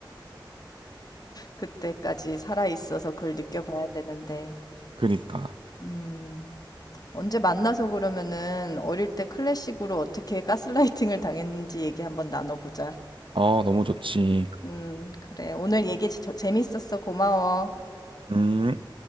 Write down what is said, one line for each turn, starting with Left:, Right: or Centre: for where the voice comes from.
Left: 그때까지 살아 있어서 그걸 느껴 봐야 되는데.
Right: 그니까.
Left: 음. 언제 만나서 그러면은 어릴 때 클래식으로 어떻게 가스라이팅을 당했는지 얘기 한번 나눠보자.
Right: 아, 너무 좋지.
Left: 음, 그래. 오늘 얘기 저- 재밌었어. 고마워.
Right: 음.